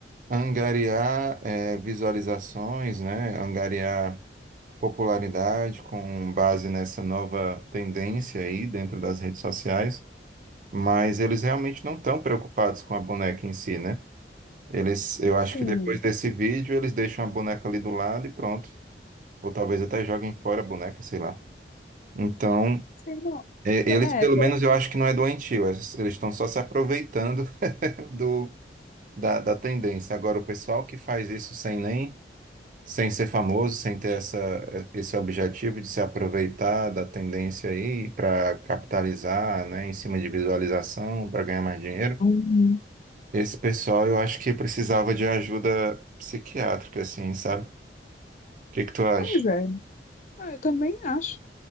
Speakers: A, on the right; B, on the left.
A: angariar, é, visualizações, né? Angariar popularidade com base nessa nova tendência aí dentro das redes sociais, mas eles realmente não estão preocupados com a boneca em si, né? Eles, eu acho
B: Sim.
A: que depois desse vídeo eles deixam a boneca ali do lado e pronto. Ou talvez até joguem fora a boneca, sei lá. Então,
B: Sim, não.
A: E- Eles,
B: É,
A: pelo
B: tem.
A: menos, eu acho que não é doentio, eles eles estão só se aproveitando <laughs> do, da, da tendência. Agora, o pessoal que faz isso sem nem, sem ser famoso, sem ter essa, esse objetivo de se aproveitar da tendência aí para capitalizar, né, em cima de visualização, para ganhar mais dinheiro,
B: Uhum.
A: esse pessoal eu acho que precisava de ajuda psiquiátrica, assim, sabe? O que que tu acha?
B: Pois é. Não, Eu também acho.